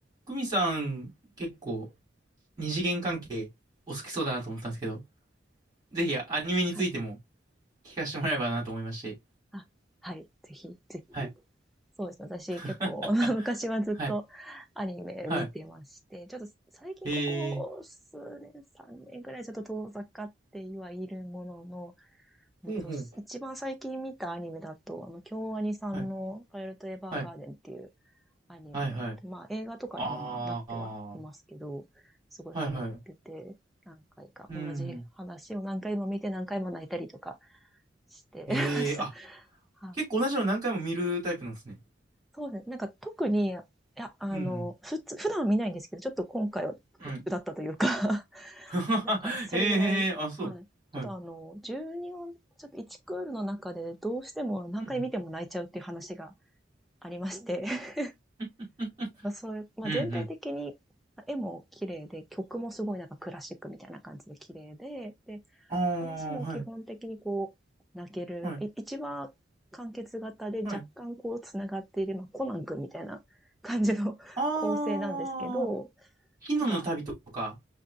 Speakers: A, on the right; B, in the centre.
A: 久美さん、結構二次元関係お好きそうだなと思ったんですけど、ぜひアニメについても
B: はい。
A: 聞かせてもらえればなと思いまして。
B: あ、はい。ぜひ、ぜひ。
A: はい。
B: そうですね。私結構
A: <laughs>
B: <laughs> 昔はずっとアニメ見てまして、
A: はい。は
B: ちょっと最近ここ数年、
A: い。えー、
B: 3年くらいちょっと遠ざかってはいるものの、うんと、
A: ほうほう。
B: 一番最近見たアニメだと、あの、京アニさんのパイロットエヴァーガーデンっていう
A: はい。はい。
B: アニメ、
A: はいはい。
B: まあ映画とかにもまあなってはいますけど、
A: ああ。は
B: すごいハマってて、
A: いはい。
B: 何回か同じ話を何回も見て何回も泣いたりとか
A: うん。
B: してました。
A: ええー、あ、
B: はい、
A: 結構同じの何回も見るタイプなんですね。
B: そうですね。なんか特に、いや、あの、
A: うん。
B: ふつ、普段は見ないんですけど、ちょっと今回は特殊だったというか
A: うん。<laughs>
B: <laughs> なんかそれぐらい、
A: ええー、あ、そう。
B: はい。ちょっとあの、
A: はい。
B: 12音、ちょっと1クールの中でどうしても何回見ても泣いちゃうっていう話が
A: うんうん。
B: ありまして、<laughs>
A: <laughs>
B: まあそういう、まあ全体的に
A: うんうん。
B: 絵も綺麗で、曲もすごいなんかクラシックみたいな感じで綺麗で、で、
A: あ
B: 話も基本的にこう、
A: あ、はい。
B: 泣ける。
A: はい。
B: い一話完結型で若干こう繋がっている、
A: はい。
B: まあ、コナン君みたいな感じの <laughs>
A: ああ、
B: 構成なんですけど、
A: 昨日の旅とか。
B: なんか、